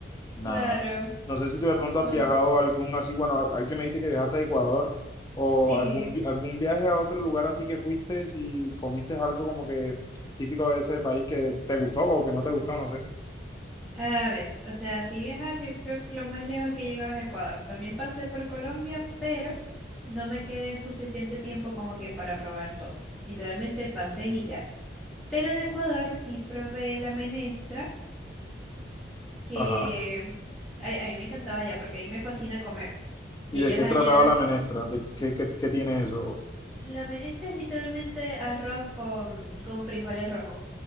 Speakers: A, on the left (about 20°); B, in the centre.
A: Nada.
B: Claro,
A: No sé si tú de pronto
B: no.
A: has viajado a algún así, bueno, hay que me dijiste que viajaste a Ecuador o
B: Sí.
A: algún, vi- algún viaje a otro lugar así que fuiste y comiste algo como que típico de ese país que te gustó o que no te gustó, no sé.
B: A ver, o sea, sí viajar, yo creo que lo más lejos que he llegado es Ecuador. También pasé por Colombia, pero no me quedé suficiente tiempo como que para probar todo. Literalmente pasé y ya. Pero de Ecuador sí probé la menestra, que
A: Ajá.
B: ay, a, mí me encantaba allá porque a mí me fascina comer. Y
A: ¿Y
B: ellos
A: de qué
B: allá
A: trataba la menestra? ¿De qué, qué, qué tiene eso?
B: La menestra es literalmente arroz con, con frijoles rojos,